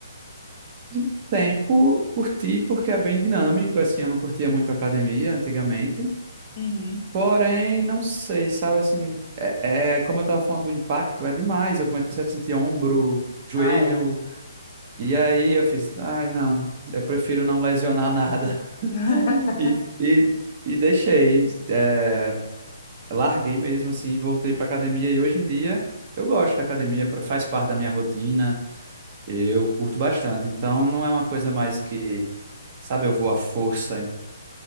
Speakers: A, on the right; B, on the left.
A: De um tempo, curti porque é bem dinâmico, assim, eu não curtia muito academia antigamente,
B: Uhum.
A: porém, não sei, sabe, assim, é, é- como eu tava falando do impacto, é demais, eu comecei a sentir ombro, joelho,
B: Ah, é.
A: e aí eu fiz, ai, não, eu prefiro não lesionar nada, <laughs>
B: <laughs>
A: e, e, e deixei, é, larguei mesmo assim, e voltei para academia e hoje em dia eu gosto da academia, pra- faz parte da minha rotina, eu curto bastante. Então não é uma coisa mais que, sabe, eu vou à força,